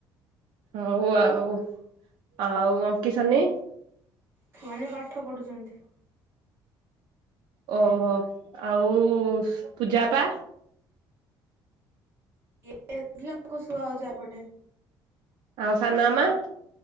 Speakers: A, on the right; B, on the right.
A: ହଉ ଆଉ ଆଉ କିଶାନ୍ ନାହିଁ?
B: ସେମାନେ ପାଠ ପଢୁଛନ୍ତି।
A: ଓହୋ! ଆଉ ପୂଜା ଅପା?
B: <unintelligible>
A: ଆଉ ସାନ ମାମା?